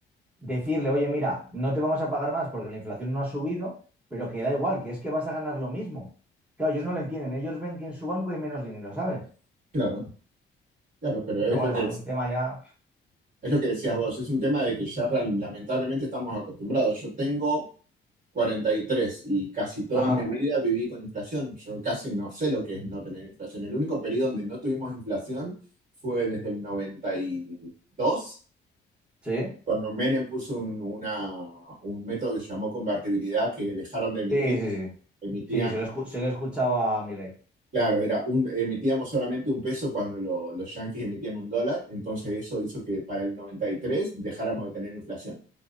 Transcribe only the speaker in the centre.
decirle, oye, mira, no te vamos a pagar más porque la inflación no ha subido, pero que da igual, que es que vas a ganar lo mismo. Claro, ellos no lo entienden, ellos ven que en su banco hay menos dinero, ¿sabes?
Pero bueno,
eso es un tema ya.
Ajá,
sí,
sí, sí, sí.
Sí, se lo, escu- se lo he escuchado a Milei.